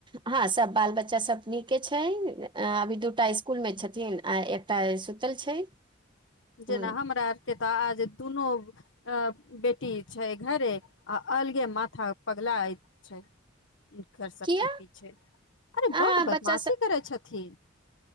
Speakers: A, on the right; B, on the left.
A: हाॅं सब बाल बच्चा सब नीके छैन अ अभी दूटा स्कूल मे छथिन आ एक टा सुतल छै।
B: जेना
A: ह
B: हमरा आरके तऽ आज दुनो आ बेटी छै घरे आ अलगे माथा पगलाईत छै। हीनकर सबके
A: किया
B: पीछे अरे बड
A: आ
B: बदमाशी
A: बच्चा सब
B: करै छथिन।